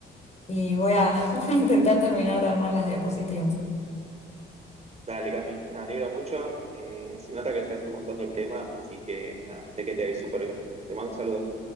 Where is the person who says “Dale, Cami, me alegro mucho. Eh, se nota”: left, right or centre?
Right